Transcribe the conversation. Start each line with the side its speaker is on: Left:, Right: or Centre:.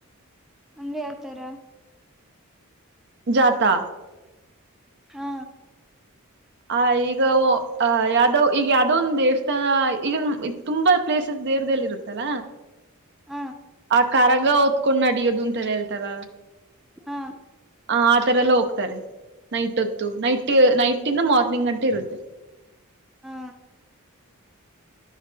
Centre: ಅಂದ್ರೆ ಯಾವ್ತರ
Right: ಜಾತಾ
Centre: ಹಾ
Right: ಆ ಈಗ ಅ ಯಾವ್ದೋ ಈಗ ಯಾವ್ದೋ ಒಂದ ದೇವಸ್ಥಾನ ಈಗನ್ ತುಂಬಾ ಪ್ಲೇಸಸ್ ದೇರ್ದಲ್ಲಿ ಇರುತ್ತಲ್ಲ
Centre: ಹ
Right: ಆ ಕರಗ ಹೊತ್ಕೊಂಡ್ ನಡಿಯೋದು ಅಂತಲ್ಲ ಹೇಳ್ತಾರ
Centre: ಹಾ
Right: ಹ ಆ ತರ ಎಲ್ಲ ಹೋಗ್ತಾರೆ ನೈಟ್ ಹೊತ್ತು ನೈಟ್ ನೈಟ್ ಮಾರ್ನಿಂಗ್ ಗಂಟೆ ಇರುತ್ತೆ
Centre: ಹಾ